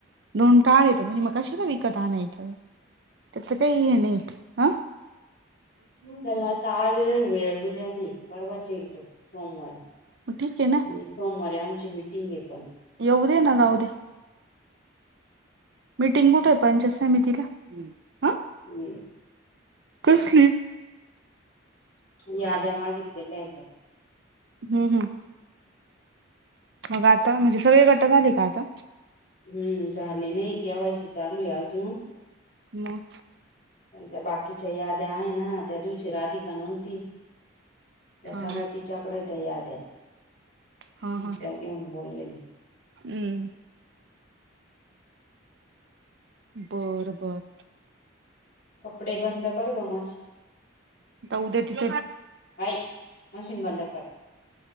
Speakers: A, on the right; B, on the left.
A: दोन टाळ येतो म्हणजे मग कशाला विकत आणायचं त्याचं काही हे नाही हं
B: मला आता आज र उद्या नाहीय परवाचेलतो सोमवारी
A: मग ठीक आहे
B: आणि
A: ना
B: सोमवारी आमची मिीटिंग आहे पण
A: कोे्या ना गाऊ ते मिटिंग कुठेय पण समितीला हा
B: हम्म
A: कसली हम्म
B: याद्या मागितलेल्या आहेत
A: हम्म मग आता म्हणजे सगळे गट्ट झाले का आता
B: हम्म झाले नाहीय कवायसी चालूय आजून
A: मम्
B: पण त्या बाकीच्या याद्या आहे ना त्या दिवशी राधिका नव्हती त्या
A: हा
B: सगळ्या तिच्याकडे त्या याद आहे
A: हा हा
B: त्या अगेन बोलवेल
A: हम्म बर बर
B: कपडे बंद कर गमशी
A: उद्या तिथ
B: आई मशीन बंद कर